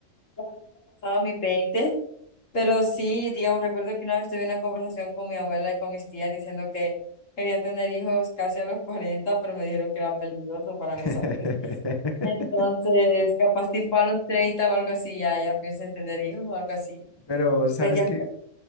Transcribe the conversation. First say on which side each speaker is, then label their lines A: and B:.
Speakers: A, on the left; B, on the left.
A: ya habiendo pasado mis veinte, Pero sí, digamos, recuerdo que una vez tuve una conversación con mi abuela y con mis tías diciendo que quería tener hijos casi a los 40, pero me dijeron que era peligroso para
B: <laughs>
A: mi salud. Entonces, capaz tipo a los 30 o algo así, ya, ya pienso en tener hijos o algo así.
B: Pero, ¿sabes
A: Pues ya
B: qué?